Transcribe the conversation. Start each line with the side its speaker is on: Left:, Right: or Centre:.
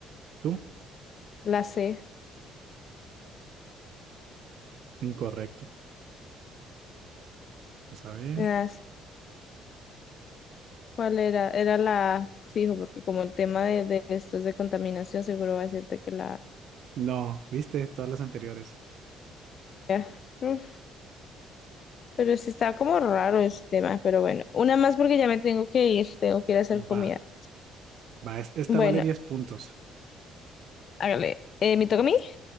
Right: ¿Tú?
Left: la C.
Right: Incorrecto. Vamos a ver.
Left: Las- ¿Cuál era? Era la A, fijo, porque como el tema de, de estos de contaminación, seguro va a decirte que la A.
Right: No, viste, todas las anteriores.
Left: Ya, uf, Pero sí está como raro ese tema, pero bueno. Una más porque ya me tengo que ir, tengo que ir a hacer comida.
Right: Va, va, es- esta
Left: Bueno,
Right: vale 10 puntos.
Left: hágale. Eh, ¿me toca a mí?